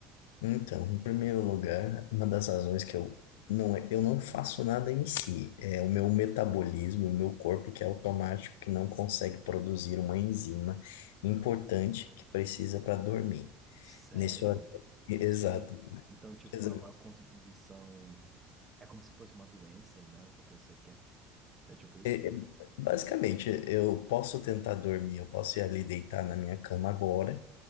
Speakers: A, on the left; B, on the right.
A: Então, em primeiro lugar, uma das razões que eu não, é, eu não faço nada em si, é o meu metabolismo, o meu corpo que é automático, que não consegue produzir uma enzima importante que precisa para dormir.
B: Sério?
A: Nesse horário. Exato.
B: Você, então, tipo,
A: Exato.
B: é uma condição, é como se fosse uma doença e não é porque você quer. <laughs> É tipo isso?
A: É, é, Basicamente, eu posso tentar dormir, eu posso ir ali deitar na minha cama agora,